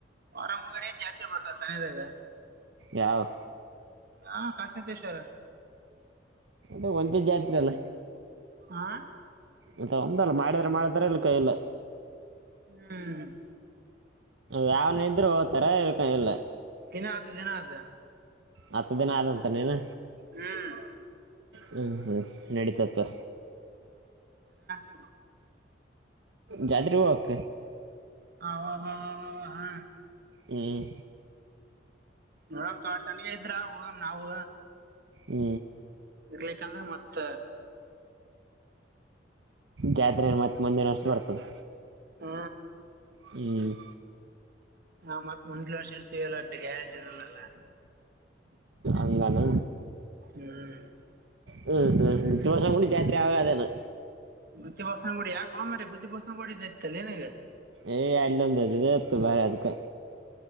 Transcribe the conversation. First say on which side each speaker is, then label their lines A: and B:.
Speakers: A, on the right; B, on the right.
A: ವಾರಾಮಗಾರ ಜಾತ್ರೆ ಬಡ್ತಾರೆ ತನದ
B: ಯಾವ
A: ಹಾ ಕಾಸತೇಶ್ವರ
B: ಅ ಒಂದೇ ಜಾತಿನಲ್ಲ
A: ಹಾ
B: ಇಂತ ಒಂದಲ್ಲ ಮಾಡಿದ್ರ ಮಾಡತಾರ ಅಲ್ಲ ಕೈಯಲ್ಲ
A: ಹ್ಮ್
B: ಯಾವ ನಿದ್ರೆ ಹಓ್ತರೆ ಇರ್ಕ ಇಲ್ಲ
A: ಏನ ಆತದೆ ದಏನ ಆತ
B: ಹತ್ತು ದಿನ ಆದಂತ ನೀನು
A: ಹ್ಮ್
B: ಹ್ಮ್ ಹ್ಮ್ ನಡೀತತ್ತು
A: ಹೆ <inaudible>
B: ಜಾದರಿ ಹಕ
A: ಹ ಹ್ಮ <unintelligible>
B: ಹ್ಮ್
A: ನೋಡಮ ತಾರ ತನಗ ಇದ್ರ ಹೋಗಮ ನಾವು
B: ಹ್ಮ
A: ಇರ್ ಯಾಕಂದ್ರೆ ಮತ್ತ
B: ಜ್ಯಾದ್ರೆ ಮತ್ತು ಮಂದಿರಷ್ಟಸ್ ಬರ್ತದೆ
A: ಹ್ಮ
B: ಹ್ಮ್
A: ಹಾ ಮತ್ತ್ ಮುಂಲು ವರ್ಷ ಇರ್ತೀವ ಎಲ್ಲ ಅ ಗ್ಯಾರಂಟಿ ಇರಲ್ಲಲ್ಲ
B: ಅಂಗಲಾನ
A: ಹ್ಮ್
B: ಹ್ಮ್ ಹ್ಮ್ ಮುು ವರ್ಷಂ ಕೂಡಿ ಜಾತ್ರಿ ಆಗದೇನೆ
A: ಗುತ್ತಿ ಬರ್ಸಂಗ ಗುಡಿ ಯ ಕಮ ಗತ್ತಿ ಬಸಂಗ ಗಡಿ ದಲ್ಲಿ ನಗೆ
B: ಏ ಅಲ್ಲಂದ ಎತ್ತು ಬರ ಅದಕ್ಕೆ